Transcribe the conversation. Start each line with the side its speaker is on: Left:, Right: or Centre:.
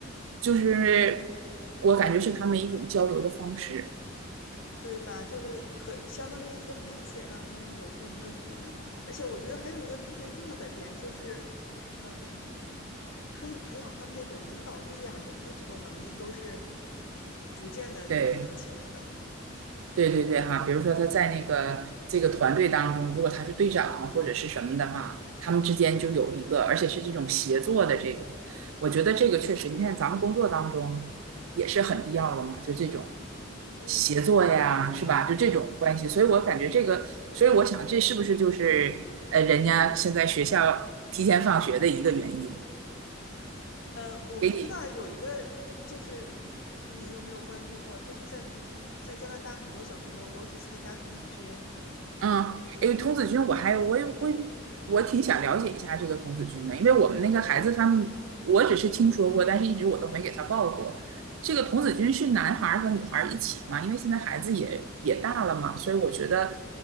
Right: 就是我感觉是他们一种交流的方式，
Left: 对吧？就是可相当于一个媒介，让他们有共同的语言。而且我觉得还有一个特别重要的点就是，嗯，可以培养他们那种领导力啊什么的，这种能力都是逐渐的培养起来的。
Right: 对。对对对哈，比如说他在那个这个团队当中，如果他是队长或者是什么的话，他们之间就有一个，而且是这种协作的这个，我觉得这个确实，你看咱们工作当中也是很必要的嘛，就这种
Left: 嗯
Right: 协作呀，是吧？就这种关系，所以我感觉这个，所以我想这是不是就是呃，人家现在学校提前放学的一个原因，
Left: 呃，我不知道有一个就是你有没有关注过，
Right: 给你
Left: 就是在童子在加拿大很多小朋友都去参加童子军。
Right: 嗯，诶，童子军，我还我也我我挺想了解一下这个童子军的，因为我们那个孩子他们，我只是听说过，但是一直我都没给他报过。这个童子军是男孩儿和女孩儿一起嘛？因为现在孩子也也大了嘛，所以我觉得